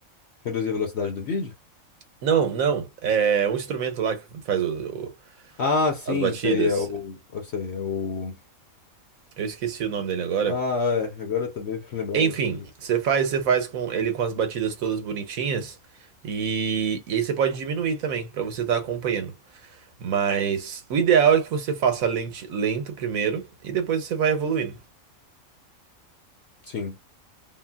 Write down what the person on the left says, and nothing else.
Reduzir a velocidade do vídeo?
Ah, sim,
sei, é o. Eu sei, é o.
Ah, é, agora também pra lembrar
é que eu.
Sim.